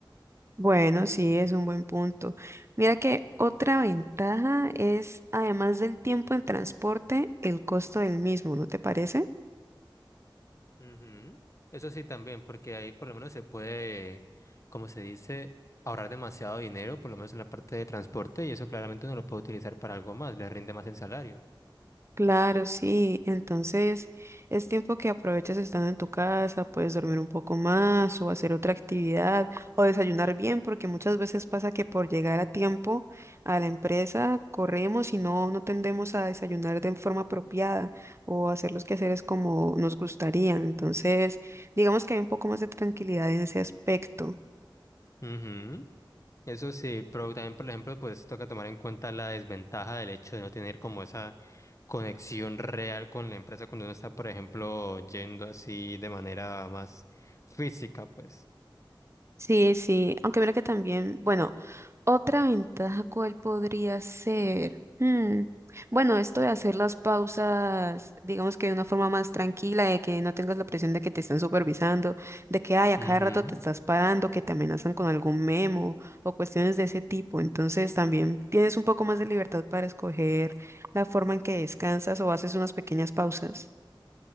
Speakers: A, on the right (about 35°); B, on the left (about 35°).
A: Bueno, sí, es un buen punto. Mira que otra ventaja es, además del tiempo en transporte, el costo del mismo, ¿no te parece?
B: Ujú. Eso sí también, porque ahí por lo menos se puede, como se dice, ahorrar demasiado dinero, por lo menos en la parte de transporte, y eso claramente uno lo puede utilizar para algo más, le rinde más el salario.
A: Claro, sí. Entonces, es tiempo que aproveches estando en tu casa, puedes dormir un poco más o hacer otra actividad o desayunar bien, porque muchas veces pasa que por llegar a tiempo a la empresa corremos y no, no tendemos a desayunar de forma apropiada o hacer los quehaceres como nos gustaría. Entonces, digamos que hay un poco más de tranquilidad en ese aspecto.
B: Ujú. Eso sí, pero también, por ejemplo, pues toca tomar en cuenta la desventaja del hecho de no tener como esa conexión real con la empresa cuando uno está, por ejemplo, yendo así de manera más física, pues.
A: Sí, sí, aunque mira que también, bueno, otra ventaja cuál podría ser. Hmm, Bueno, esto de hacer las pausas, digamos que de una forma más tranquila, de que no tengas la presión de que te están supervisando, de que ay, a
B: Ujú.
A: cada rato te estás parando, que te amenazan con algún memo o cuestiones de ese tipo. Entonces también tienes un poco más de libertad para escoger la forma en que descansas o haces unas pequeñas pausas.